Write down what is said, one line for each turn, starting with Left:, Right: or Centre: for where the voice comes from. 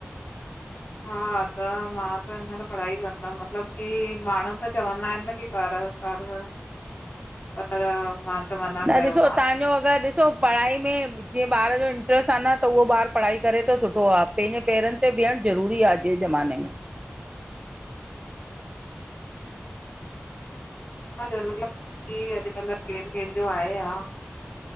Left: हा, त मां त हिन महिल पढ़ाई कंदम, मतलब की माणहूं त चवंदा एन न, की कर। कर पर मां त मना
Right: न
Left: कयोमान
Right: ॾिसो तहांजो अगर, ॾिसो पढ़ाई में जीअं ॿार जो इंट्रस्ट आ न त, उहो ॿार पढ़ाई करे त सुठो आ, पैंजे पेरन ते बीहण ज़रूरी आ। जे जमाने में
Left: छा ज़रूरी आ कि अॼकल केर केंजो आहे आ